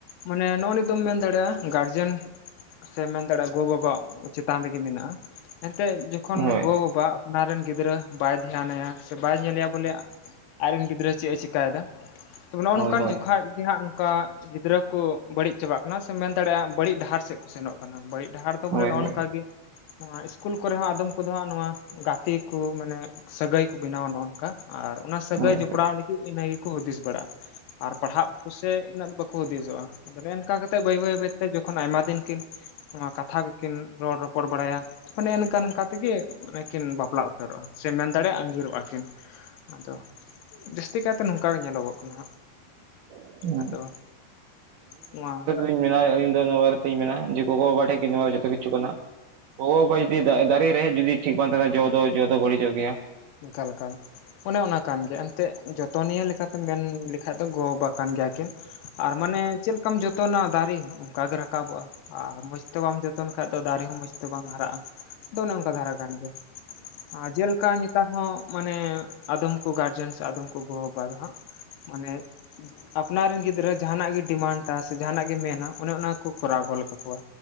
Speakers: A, on the left; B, on the right.
A: ᱢᱟᱱᱮ ᱱᱚᱜᱼᱚᱭ ᱱᱤᱛ ᱫᱚᱢ ᱢᱮᱱ ᱫᱟᱲᱮᱭᱟᱜᱼᱟ ᱜᱟᱨᱡᱮᱱ ᱼᱼ ᱥᱮᱢ ᱢᱮᱱ ᱫᱟᱲᱮᱭᱟᱜᱼᱟ ᱜᱚᱼᱵᱟᱵᱟᱣᱟᱜ ᱪᱮᱛᱟᱱ ᱨᱮᱜᱮ ᱢᱮᱱᱟᱜᱼᱟ ᱮᱱᱛᱮᱫ ᱡᱚᱠᱷᱚᱱ
B: ᱦᱳᱭ
A: ᱜᱚᱼᱵᱟᱵᱟ ᱼᱼ ᱚᱱᱟ ᱨᱮᱱ ᱜᱤᱫᱽᱨᱟᱹ ᱵᱟᱭ ᱫᱷᱮᱟᱱᱟᱭᱟ ᱥᱮ ᱼᱼ ᱵᱟᱭ ᱧᱮᱞᱮᱭᱟ ᱵᱚᱞᱮ ᱟᱡᱨᱮᱱ ᱜᱤᱫᱽᱨᱟᱹ ᱪᱮᱫ ᱮ ᱪᱤᱠᱟᱭᱮᱫᱟ ᱛᱚᱵᱮ ᱱᱚᱜᱼᱚ
B: ᱦᱳᱭ
A: ᱱᱚᱝᱠᱟᱱ
B: ᱦᱳᱭ ᱦᱳᱭ
A: ᱡᱚᱠᱷᱟᱡ ᱜᱮ ᱦᱟᱸᱜ ᱠᱟ ᱜᱤᱫᱽᱨᱟᱹ ᱠᱚ ᱵᱟᱹᱲᱤᱡ ᱪᱟᱵᱟᱜ ᱠᱟᱱᱟ ᱥᱮ ᱢᱮᱱ ᱫᱟᱲᱮᱭᱟᱜᱼᱟ ᱵᱟᱹᱲᱤᱡ ᱰᱟᱦᱟᱨ ᱥᱮᱫ ᱠᱚ ᱥᱮᱱᱚᱜ ᱠᱟᱱᱟ ᱵᱟᱹᱲᱤᱡ ᱰᱟᱦᱟᱨ ᱫᱚ ᱵᱚᱞᱮ
B: ᱦᱳᱭ
A: ᱱᱚᱜᱼᱚ
B: ᱦᱳᱭ
A: ᱱᱚᱝᱠᱟ
B: ᱦᱳᱭ
A: ᱜᱮ ᱤᱥᱠᱩᱞ ᱠᱚᱨᱮ ᱦᱚᱸ ᱟᱫᱚᱢ ᱠᱚᱫᱚ ᱦᱟᱸᱜ ᱱᱚᱣᱟ ᱜᱟᱛᱮ ᱠᱚ ᱢᱟᱱᱮ ᱥᱟᱹᱜᱟᱹᱭ ᱠᱚ ᱵᱮᱱᱟᱣᱟ ᱱᱚᱜ ᱱᱚᱝᱠᱟ ᱟᱨ ᱚᱱᱟ ᱥᱟᱹᱜᱟᱹᱭ
B: ᱦᱳᱭ
A: ᱡᱚᱯᱲᱟᱣ
B: ᱦᱳᱭ ᱦᱳᱭ
A: ᱞᱟᱹᱜᱤᱫ ᱤᱱᱟᱹ ᱜᱮᱠᱚ ᱦᱩᱫᱤᱥ ᱵᱟᱲᱟᱜᱼᱟ ᱟᱨ ᱯᱟᱲᱦᱟᱜ ᱠᱚᱥᱮᱜ ᱩᱱᱟᱹᱜ ᱫᱚ ᱵᱟᱠᱚ ᱦᱩᱫᱤᱥᱚᱜᱼᱟ ᱟᱫᱚ ᱮᱱᱠᱟ ᱠᱟᱛᱮᱫ ᱵᱟᱹᱭ ᱵᱟᱹᱭ ᱵᱟᱹᱭᱛᱮ ᱡᱚᱠᱷᱚᱱ ᱟᱭᱢᱟ ᱫᱤᱱ ᱠᱤᱱ ᱱᱚᱣᱟ ᱠᱟᱛᱷᱟ ᱠᱚᱠᱤᱱ ᱨᱚᱲ ᱨᱚᱯᱚᱲ ᱵᱟᱲᱟᱭᱟ ᱚᱱᱮ ᱚᱱᱝᱠᱟ ᱱᱚᱝᱠᱟ ᱛᱮᱜᱮ ᱚᱱᱮ ᱠᱤᱱ ᱵᱟᱯᱞᱟ ᱩᱛᱟᱹᱨᱚᱜᱼᱟ ᱥᱮ ᱢᱮᱱ ᱫᱟᱲᱮᱭᱟᱜᱼᱟ ᱟᱸᱜᱤᱨᱚᱜ <inaudible> ᱟᱹᱠᱤᱱ ᱟᱫᱚ ᱡᱟᱹᱥᱛᱤ ᱠᱟᱭᱛᱮ ᱱᱚᱝᱠᱟ ᱜᱮ ᱧᱮᱞᱚᱜᱚᱜ ᱠᱟᱱᱟ
B: ᱦᱳᱭ
A: ᱟᱫᱚ ᱱᱚᱣᱟ <inaudible>
B: ᱱᱟ <inaudible> ᱤᱧ ᱫᱚ ᱱᱚᱣᱟ <inaudible> ᱢᱮᱱᱟ ᱡᱮ ᱜᱚᱜᱚᱵᱟ ᱴᱷᱮᱱ ᱜᱮ ᱱᱚᱣᱟ ᱫᱚ ᱡᱚᱛᱚ ᱠᱤᱪᱷᱩ ᱠᱟᱱᱟ ᱜᱚᱜᱚ ᱵᱟ ᱡᱩᱫᱤ ᱫᱟᱨᱮ ᱨᱮ ᱡᱩᱫᱤ ᱴᱷᱤᱠ ᱵᱟᱝ ᱛᱟᱦᱮᱱᱟ ᱡᱚ ᱫᱚ ᱡᱚ ᱫᱚ ᱵᱟᱹᱲᱤᱡᱚᱜ ᱜᱮᱭᱟ
A: ᱮᱠᱟᱞ ᱮᱠᱟᱞ ᱚᱱᱮ ᱚᱱᱟ ᱠᱟᱱ ᱜᱮᱭᱟ ᱮᱱᱛᱮᱫ ᱡᱚᱛᱚᱱᱤᱭᱟᱹ ᱞᱮᱠᱟᱛᱮᱢ ᱢᱮᱱ ᱞᱮᱠᱷᱟᱡ ᱫᱚ ᱜᱚᱼ ᱵᱟᱵᱟ ᱠᱟᱱ ᱜᱮᱭᱟ ᱠᱤᱱ ᱟᱨ ᱢᱟᱱᱮ ᱪᱮᱫ ᱞᱮᱠᱟᱢ ᱡᱚᱛᱚᱱᱟ ᱫᱟᱨᱮ ᱚᱱᱠᱟ ᱜᱮ ᱨᱟᱠᱟᱵᱚᱜᱼᱟ ᱟᱨ ᱢᱚᱸᱡᱽ ᱛᱮ ᱵᱟᱢ ᱡᱚᱛᱚ ᱡᱚᱛᱚᱱ ᱠᱷᱟ ᱫᱚ ᱫᱟᱨᱮ ᱦᱚᱸ ᱢᱚᱸᱡᱽ ᱛᱮ ᱵᱟᱝ ᱦᱟᱨᱟᱜᱼᱟ ᱟᱫᱚ ᱚᱱᱮ ᱚᱱᱠᱟ ᱫᱷᱟᱨᱟ ᱠᱟᱱ ᱜᱮᱭᱟ ᱟᱨ ᱡᱮᱞᱮᱠᱟ ᱱᱮᱛᱟᱨ ᱦᱚᱸ ᱢᱟᱱᱮ ᱟᱫᱚᱢ ᱠᱚ ᱜᱟᱨᱡᱮᱱ ᱥᱮ ᱟᱫᱚᱢ ᱠᱚ ᱜᱚᱜᱚ ᱵᱟᱵᱟ ᱫᱚ ᱦᱟᱸᱜ ᱢᱟᱱᱮ ᱟᱯᱱᱟᱨ ᱨᱮᱱ ᱜᱤᱫᱽᱨᱟᱹ ᱡᱟᱦᱟᱱᱟᱜ ᱜᱮ ᱰᱤᱢᱟᱱᱴᱼᱟ ᱥᱮ ᱡᱟᱦᱟᱱᱟᱜ ᱜᱮ ᱢᱮᱱᱟ ᱚᱱᱮ ᱚᱱᱟ ᱠᱚ ᱠᱚᱨᱟᱣ ᱜᱚᱫ ᱠᱟᱠᱚᱣᱟ